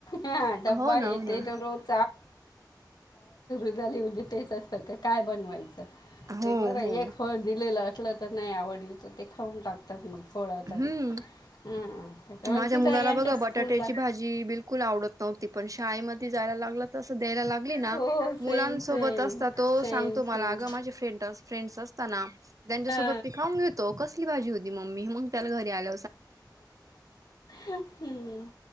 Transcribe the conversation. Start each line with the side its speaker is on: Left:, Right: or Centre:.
Left: हा डब्बा
Right: हो ना
Left: हे
Right: हो ना
Left: <unintelligible> सुरू झाली म्हणजे तेच असतं का काय बनवायचं. ते
Right: हो
Left: बरं
Right: हो
Left: एक फळ दिलेला तर नाही आवडली तर ते खाऊन टाकतात. थोडा
Right: हम्म
Left: तरी हां त्याच्यामुळे
Right: माझ्या
Left: तिथं
Right: मुलाला
Left: यांच्या
Right: बघ
Left: स्कूलला
Right: बटाट्याची भाजी बिलकुल आवडत नव्हती पण शाळेत मग जायला लागले तसं द्यायला लागली ना,
Left: हो
Right: मुलांसोबत
Left: सेम सेम
Right: असं तो
Left: सेम
Right: सांगतो मला
Left: सेम
Right: अगं माझे फ्रेंडच फ्रेंड त्यांच्या
Left: हा
Right: सोबत पिकावून घेतो पाहिजी होती मम्मी. चल घरी आज
Left: हम्म